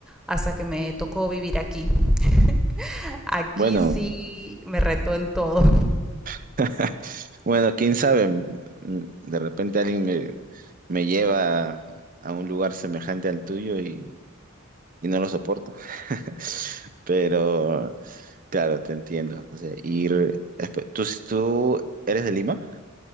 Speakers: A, in the centre; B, on the right (about 40°).
A: hasta que me tocó vivir aquí. <laughs> Aquí
B: Bueno,
A: sí me retó en todo.
B: <laughs> bueno, quién sabe, mm, de repente alguien me, me lleva a, a un lugar semejante al tuyo y, y no lo soporto. <laughs> Pero, claro, te entiendo. O sea, ir, espe- ¿tú, tú eres de Lima